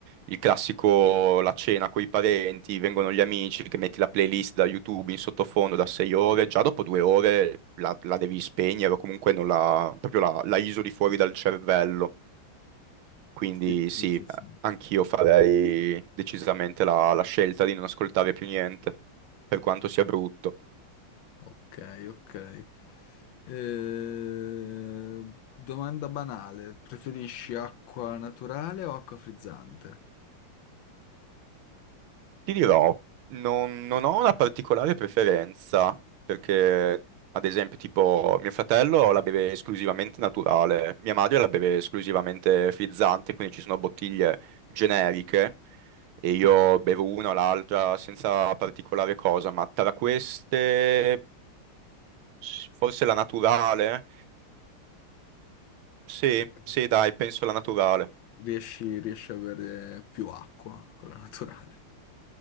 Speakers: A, on the right (about 75°); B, on the left (about 75°).
A: il classico la cena con i parenti, vengono gli amici, che metti la playlist da YouTube in sottofondo da sei ore, già dopo due ore la, la devi spegnere o comunque non la, proprio la, la isoli fuori dal cervello. Quindi
B: Sì, sì,
A: sì,
B: sì, sì.
A: anch'io farei decisamente la, la scelta di non ascoltare più niente, per quanto sia brutto.
B: Ok, ok. Eh, domanda banale, preferisci acqua naturale o acqua frizzante?
A: Ti dirò, non, non ho una particolare preferenza, perché ad esempio tipo mio fratello la beve esclusivamente naturale, mia madre la beve esclusivamente frizzante, quindi ci sono bottiglie generiche e io bevo una o l'altra senza particolare cosa, ma tra queste s- forse la naturale. Sì,
B: Perché
A: sì, dai, penso la naturale.
B: riesci, riesci a avere più acqua con la <laughs> naturale.